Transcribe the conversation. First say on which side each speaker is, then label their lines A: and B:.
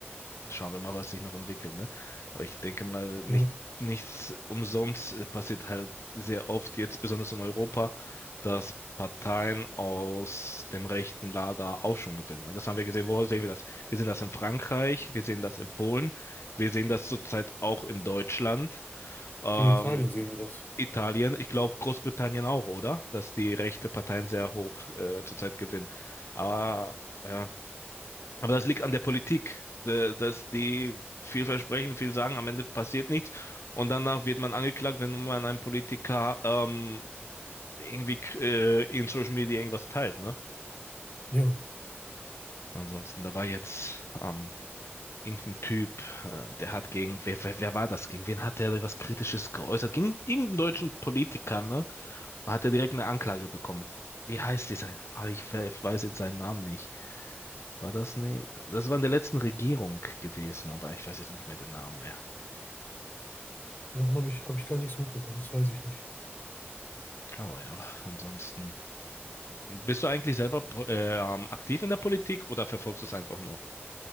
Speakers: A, on the left (about 80°); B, on the left (about 45°).
A: Schauen wir mal, was sich noch entwickelt, ne? Aber ich denke mal, nicht,
B: Ja,
A: nichts umsonst äh, passiert halt sehr oft, jetzt besonders in Europa, dass Parteien aus dem rechten Lager Aufschwung gewinnen. ne? Das haben wir gesehen. Wo sehen wir das? Wir sehen das in Frankreich, wir sehen das in Polen, wir sehen das zurzeit auch in Deutschland, ähm,
B: in Italien sehen wir das.
A: Italien, ich glaube Großbritannien auch, oder? Dass die rechte Parteien sehr hoch äh, zurzeit gewinnen. Aber ja. Aber das liegt an der Politik, de- dass die viel versprechen, viel sagen, am Ende passiert nichts und danach wird man angeklagt, wenn man einem Politiker ähm, irgendwie äh, in Social Media irgendwas teilt, ne?
B: Ja,
A: Ansonsten, da war jetzt ähm, irgendein Typ, äh, der hat gegen, wer, wer, wer war das? Gegen wen hat der was Kritisches geäußert? Gegen irgendeinen deutschen Politiker, ne? Und hat er direkt eine Anklage bekommen. Wie heißt dieser? Ah, ich, ver- ich weiß jetzt seinen Namen nicht. War das nie? Das war in der letzten Regierung gewesen, aber ich weiß jetzt nicht mehr den Namen mehr.
B: davon habe ich, habe ich gar nichts mitbekommen, das weiß ich nicht.
A: Aber ja, ansonsten. Und Bist du eigentlich selber po- äh, ähm, aktiv in der Politik oder verfolgst du es einfach nur?